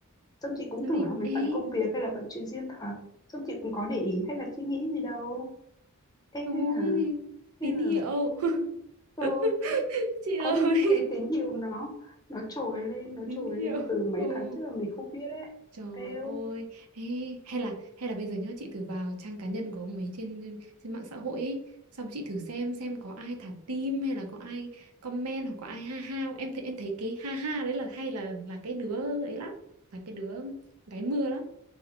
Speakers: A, on the left; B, on the right.
A: xong chị cũng
B: sao
A: tưởng
B: đi
A: là mấy
B: ấy
A: bận công việc hay là bận chuyện riêng thật xong chị cũng có để ý hay là suy nghĩ gì đâu Ê,
B: ôi
A: hay là hay
B: tín
A: là
B: hiệu <laughs>
A: ừ,
B: chị ơi
A: có những cái tín hiệu nó nó trồi lên
B: <laughs>
A: nó
B: tín
A: trồi
B: hiệu
A: lên từ mấy
B: ồ
A: tháng trước mà mình không biết đấy
B: Trời
A: Eo
B: ơi, Ê, hay là hay là bây giờ nhớ chị thử vào trang cá nhân của ông ấy trên trên mạng xã hội ấy, xong chị thử xem xem có ai thả tim hay là có ai comment hoặc có ai ha ha không. em thấy em thấy cái ha ha đấy là hay là là cái đứa ấy lắm, là cái đứa gái mưa lắm.